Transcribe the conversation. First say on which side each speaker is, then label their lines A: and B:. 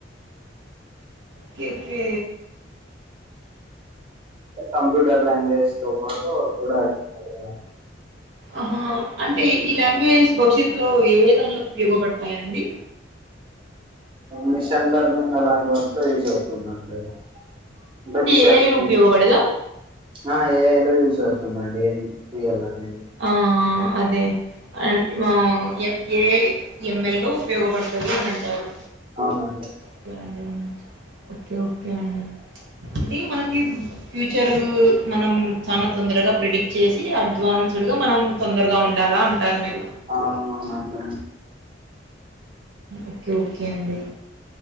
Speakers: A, on the right; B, on the right.
A: కేకే
B: ట్ కంప్యూటర్ లాంగ్వేజ్ తో పాటు ఆది కూడా యాడ్ చేశారు.
A: ఆహా అంటే ఈ లాంగ్వేజ్ భవిష్యత్తులో ఏ దాంట్లోకి ఉపయోగపడతాయండి
B: మిషన్ లర్నింగ్ అలాంటి వాటిల్లో యూజ్ అవుతుందండి అంటే మీషన్స్
A: ఏఐలో
B: గురించి
A: ఉపయోగపడదా?
B: ఆ ఏ ఐ యూజ్ అవుతుందాండి ఏంపియల్ అనేది
A: ఆ ఆ అదే అండ్ మోమో ఎఫ్ ఏ ఎంఎల్ లో ఉపయోగపడుతది అని అంటారు
B: అవునండి
A: ఓకే అండి ఓకే ఓకే అండి ఇవ్వి మనకి ఫ్యూచరు మనం చానా తొందరగా ప్రిడిక్ట్ చేసి అడ్వాన్స్ సుడుగా మనం తొందరగా ఉండాల అంటారు మీరు
B: ఆ అవునండీ
A: ఓకే ఓకే అండి